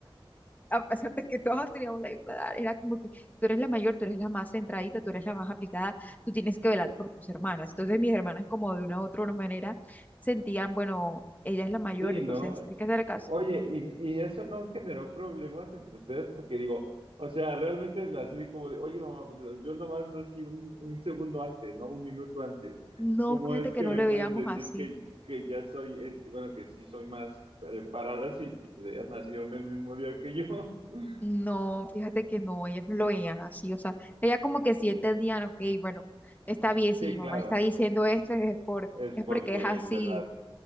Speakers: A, on the left; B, on the right.
A: a pesar de que todos teníamos la misma edad, era como que tú eres la mayor, tú eres la más centradita, tú eres la más aplicada, tú tienes que velar por tus hermanas. Entonces mis hermanas como de una u otra manera sentían, bueno, ella es la mayor,
B: Sí,
A: entonces
B: ¿no?
A: hay que hacer caso.
B: Oye, y, y eso no generó problemas entre ustedes porque digo, o sea, realmente la serie como de, oye mamá, pues yo nomás nací un, un segundo antes, ¿no? Un minuto antes.
A: No,
B: ¿Cómo
A: fíjate
B: es
A: que
B: que
A: no
B: me
A: le veíamos
B: puedes decir
A: así.
B: que, que ya soy este, bueno, que sí soy más preparada si pues ellas nacieron el mismo día que yo? <laughs>
A: No, fíjate que no, ellas no lo veían así. O sea, ella como que sí entendían, ok, bueno, está bien, si
B: Sí,
A: mi
B: claro,
A: mamá está diciendo esto es por,
B: es
A: es
B: porque
A: porque es así,
B: es verdad.